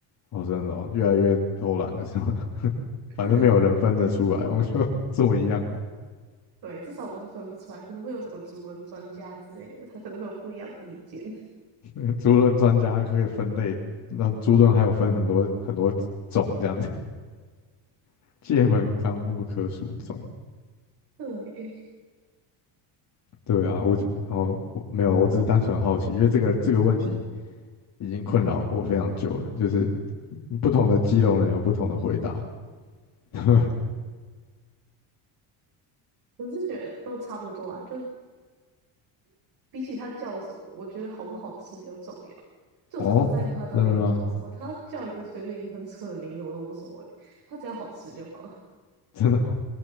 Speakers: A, on the left (about 50°); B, on the right (about 50°).
A: 哦，真的哦，越来越偷懒了是吗？<laughs>
B: <laughs>
A: 反正没有人分得出来，我就 <laughs> 做一样的。
B: 对，至少我是分不出来，可能会有什么主人专家之类的，他可能会有不一样意见，
A: <laughs> 那个猪轮专家可以分类，那猪轮还有分很多很多种这样子，<laughs> 界门纲目科属种。
B: <laughs> 对，诶、
A: 对啊，我就哦我没有，我只是单纯好奇，因为这个这个问题已经困扰我非常久了，就是不同的基隆人有不同的回答。<laughs>
B: 我是觉得都差不多啊，就比起它叫什么，我觉得好不好吃比较重要。就我才不在乎它到底要叫什么，
A: 哦，真的吗？<laughs>
B: 它叫一个随便一个很扯的名字我都无所谓，它只要好吃就好了。
A: 真的哦